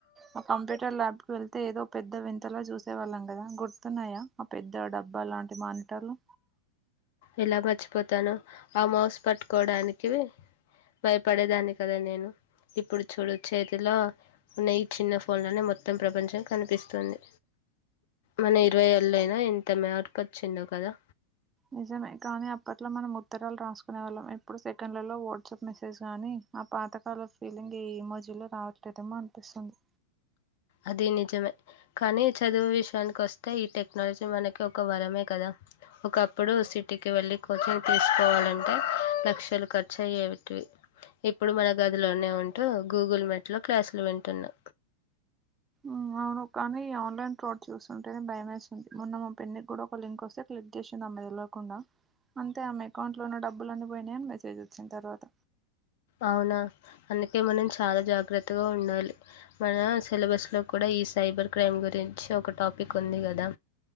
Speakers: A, on the right; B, on the left.
A: ఒక కంప్యూటర్ ల్యాబ్ కు వెళ్ తే ఏదో పెద్ద వింతలా చూసేవాళ్ళం కదా గుర్తున్నాయా ఆ పెద్ద డబ్బా లాంటి మానిటర్లు
B: ఎలా మర్చిపోతాను ఆ మౌస్ పట్టుకోడానికి భయపడేదాన్ని కదా నేను ఇప్పుడు చూడు చేతిలో ఉన్న ఈ చిన్న ఫోండ్లోనే మొత్తం ప్రపంచం కనిపిస్తుంది మన ఇరవై ఏళ్ళ అయినా ఇంత మ్యార్పొచ్చిందో కదా
A: నిజమే కానీ అప్పట్లో మనం ఉత్తరాలు రాసుకునే వాళ్ళం ఎప్పుడు సెకండ్లలో వాట్సాప్ మెసేజ్ గానీ ఒ పాతకాల ఫీలింగ్ ఏ మోజుల్లో రావట్లేదేమో అనిపిస్తుంది
B: అది నిజమే కానీ చదువు విషయానికి వస్తే ఈ టెక్నాలజీ మనకి ఒక వరమే కదా ఒకప్పుడు సిటికి వెళ్ళి కోచింగ్ తీసుకోవాలంటే లక్షలు ఖర్చు అయ్యేటివి ఇప్పుడు మన గదిలోనే ఉంటూ గూగుల్ మెట్లో క్లాసులు వింటున్నా
A: ఉమ్ అవును కానీ ఈ ఆన్లైన్ ఫ్రాడ్ చూస్తుంటేనే భయమేస్తుంది మొన్న మా పిన్ని కూడా ఒక లింక్ వస్తే క్లిక్ చేసింది ఆ మెల్లో కుండా అంతే ఆమె అకౌంట్ లోన్న డబ్బులు అన్నిపోయినీ అని మెసేజ్ వచ్చింది తర్వాత
B: అవునా అందుకే మనం చాలా జాగ్రత్తగా ఉండాలి మన సిలబస్ లో కూడా ఈ సైబర్ క్రైమ్ గురించి ఒక టాపిక్ ఉంది కదా